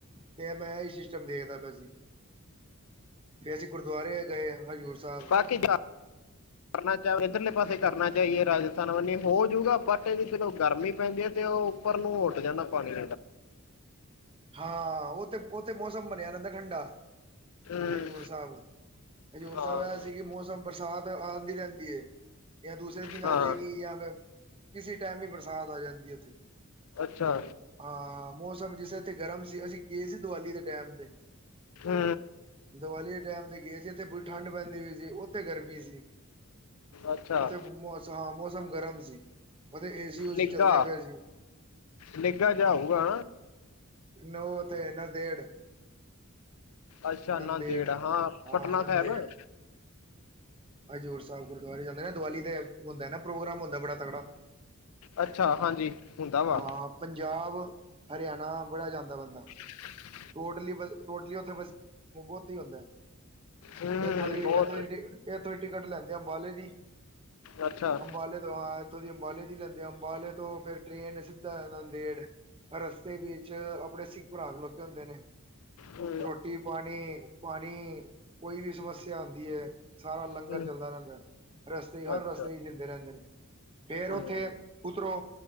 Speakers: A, on the right; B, on the left.
A: ਤੇ ਮੈਂ ਸਿਸਟਮ ਦੇਖਦਾ ਪਿਆ ਸੀ ਫੇਰ ਅਸੀਂ ਗੁਰਦੁਆਰੇ ਗਏ ਹਜ਼ੂਰ ਸਾਹਿਬ
B: <unintelligible> ਕਰਨਾ ਚਾਹ ਇੱਧਰਲੇ ਪਾਸੇ ਕਰਨਾ ਚਾਹੀਏ ਰਾਜਸਥਾਨ ਵੀ ਹੋਜੂਗਾ ਬਟ ਇਹਦੀ ਫੇਰ ਓੁਹ ਗਰਮੀ ਪੈਂਦੀ ਹੈ ਤੇ ਉਹ ਉੱਪਰ ਨੂੰ ਉੱਡ ਜਾਂਦਾ ਪਾਣੀ
A: ਹਾਂ ਉਹ ਤੇ ਉਥੇ ਮੌਸਮ ਬਣਿਆ ਰਹਿੰਦਾ ਠੰਡਾ
B: ਹੂੰ
A: ਹਜ਼ੂਰ ਸਾਹਿਬ। ਹਜ਼ੂਰ
B: ਹਾਂ
A: ਸਾਹਿਬ ਇਹ ਸੀ ਕਿ ਮੌਸਮ ਬਰਸਾਤ ਆਉਂਦੀ ਰਹਿੰਦੀ ਹੈ। ਜਾਂ ਦੂਸਰੇ ਦਿਨ
B: ਹਾਂ
A: ਆ ਜਾਏਗੀ ਜਾਂ ਫੇਰ ਕਿਸੀ ਟਾਈਮ ਵੀ ਬਰਸਾਤ ਆ ਜਾਂਦੀ ਹੈ ਉੱਥੇ।
B: ਅੱਛਾ।
A: ਹਾਂ ਮੌਸਮ ਜਿਸ ਇੱਥੇ ਗਰਮ ਸੀ ਅਸੀਂ ਗਏ ਸੀ ਦੀਵਾਲੀ ਦੇ ਟੈਾਇਮ ਤੇ।
B: ਹੂੰ
A: ਦੀਵਾਲੀ ਦੇ ਟਾਈਮ ਤੇ ਗਏ ਸੀ ਏਥੇ ਪੂਰੀ ਠੰਢ ਪੈਂਦੀ ਹੋਈ ਸੀ ਉੱਥੇ ਗਰਮੀ ਸੀ।
B: ਅੱਛਾ
A: ਉੱਥੇ ਹਾਂ ਮੌਸਮ ਗਰਮ ਸੀ ਉੱਥੇ ਏਸੀ ਓਸੀ
B: ਨਿੱਘਾ
A: ਚੱਲਦੇ ਪਏ ਸੀ।
B: ਨਿੱਘਾ ਜਿਹਾ ਹੁਗਾ
A: ਨੌ ਤੇ ਨਾ ਡੇਢ
B: ਅੱਛਾ
A: ਨੰਦੇੜ
B: ਨਾਂਦੇੜ ਹਾਂ
A: ਹਾਂ
B: ਪਟਨਾ
A: ਨੰਦੇੜ
B: ਸਾਹਿਬ
A: ਹਜ਼ੂਰ ਸਾਹਿਬ ਗੁਰਦੁਆਰੇ ਜਾਂਦੇ ਨੇ ਦੀਵਾਲੀ ਤੇ ਹੁੰਦਾ ਨਾ ਪ੍ਰੋਗਰਾਮ ਹੁੰਦਾ ਬੜਾ ਤਕੜਾ।
B: ਅੱਛਾ ਹਾਂਜੀ। ਹੁੰਦਾ ਵਾ
A: ਹਾਂ ਪੰਜਾਬ ਹਰਿਆਣਾ ਬੜਾ ਜਾਂਦਾ ਬੰਦਾ।
B: <inaudible>
A: ਟੋਟਲੀ ਬ ਟੋਟਲੀ ਉੱਥੇ ਬ ਬਹੁਤ ਹੀ ਹੁੰਦਾ ਹੈ।
B: ਹੂੰ
A: ਇਥੋਂ ਦੀ
B: ਬਹੁਤ
A: ਇਥੋਂ ਦੀ ਇੱਥੋਂ ਦੀ ਟਿਕਟ ਲੈਂਦੇ ਅੰਬਾਲੇ ਦੀ
B: ਅੱਛਾ
A: ਅੰਬਾਲੇ ਤੋਂ ਆ। ਉਥੋਂ ਦੀ ਅੰਬਾਲੇ ਦੀ ਲੈਂਦੇ ਆ ਅੰਬਾਲੇ ਤੋਂ ਫੇਰ ਟ੍ਰੇਨ ਸਿੱਧਾ ਆ ਨਾਂਦੇੜ। ਰਸਤੇ ਵਿੱਚ ਆਪਣੇ ਸਿੱਖ ਭਰਾ ਖਲੋਤੇ ਹੁੰਦੇ ਨੇ
B: ਹੂੰ
A: ਰੋਟੀ। ਰੋਟੀ ਪਾਣੀ ਪਾਣੀ ਕੋਈ ਵੀ ਸਮੱਸਿਆ ਆਉਂਦੀ ਹੈ। ਸਾਰਾ ਲੰਗਰ
B: ਹੂੰ
A: ਚੱਲਦਾ ਰਹਿੰਦਾ ਹੈ ਰਸਤੇ ਹਰ
B: ਅੱਛਾ
A: ਰਸਤੇ ਹੀ ਦਿੰਦੇ ਰਹਿੰਦੇ ਨੇ। ਫੇਰ
B: ਹੂੰ
A: ਉੱਥੇ ਉਤਰੋ।